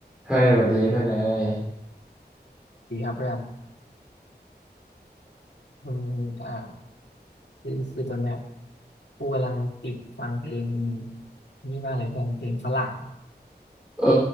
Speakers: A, in the centre; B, on the left (about 85°).
A: เฮ้ยสวัสดีเพื่อนเนย
B: ดีครับเพื่อนอืมอ่าคือคือตอนเนี้ยกูกำลังติดฟังเพลงนี่มากเลยเพื่อนเพลงฝรั่งอะ
A: เออ